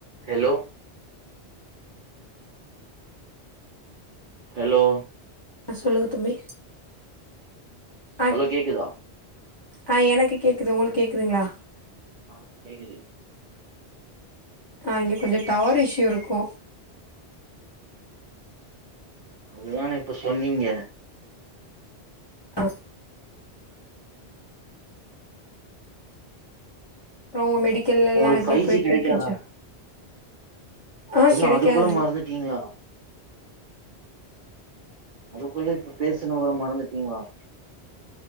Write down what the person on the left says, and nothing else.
அ சொல்லுங்க தம்பி ஆ
ஆ எனக்கு கேக்குது உங்களுக் கேக்குதுங்ளா
ஆ இங்க கொஞ்ச டவர் இஷ்யூ இருக்கு
ஆ அப்றோ உங்க மெடிக்கல் எல்லா
எப்டி
போய்ட்ருக்கு
ஜா ஆ
கெடைக்காது